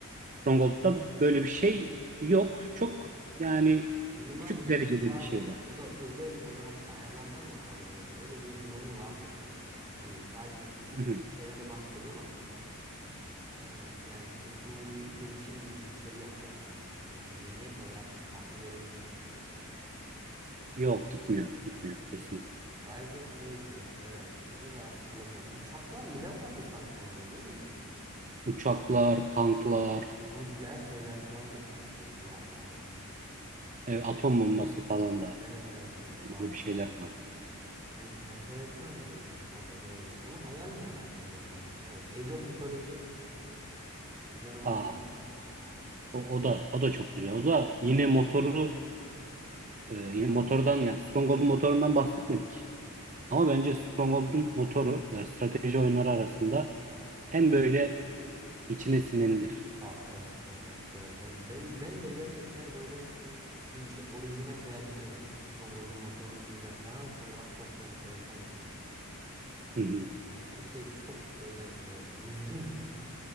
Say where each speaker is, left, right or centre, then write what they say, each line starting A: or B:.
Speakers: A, on the right (about 35°); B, on the right (about 20°).
A: Stronghold'da böyle bir şey yok. Çok yani
B: Minimal
A: küçük
B: bir
A: derecede
B: şey vardı.
A: bir şey var.
B: O da özel olarak ayarlardan mı ayarlanıyordu? Öyle bir durumu vardı yani. Hani sadece kısıtlı
A: Hı hı.
B: bir şeylerle başlıyordun ama e, yani teknolojik gelişim gibi bir şey yok yani onda. Öyle medeniyet olarak farklı bir yere gitmiyorsun yani.
A: Yok gitmiyor. Gitmiyor
B: Evet.
A: kesinlikle.
B: Rise of Nations evet onu da hatırladım. Uçaklar bile vardı sanki onda değil mi ya?
A: Uçaklar, tanklar,
B: Nükleer şeyler falan da sanki silahlar.
A: e, atom bombası falan da
B: Evet evet evet
A: böyle
B: vardı
A: bir şeyler
B: galiba.
A: var.
B: En enteresan da o, o da doğru. Onu hayal meyal hatırlıyorum ya. Evet Age of Mythology bir dönem onu
A: Aa,
B: da oynamıştım.
A: o, o da o da çok güzel. O da yine motoru e, yine motordan yani Stronghold'un motorundan bahsetmedik. Ama bence Stronghold'un motoru e, strateji oyunları arasında hem böyle içine sinendir.
B: Saf evet evet doğru. Ben ben ben de gerçekten böyle bir şey orijine koyabilirim yani. Stronghold'un motoru bir referans olarak çok enteresan cidden.
A: Hı hı.
B: Yani her şey çok böyle e, düzgün yani.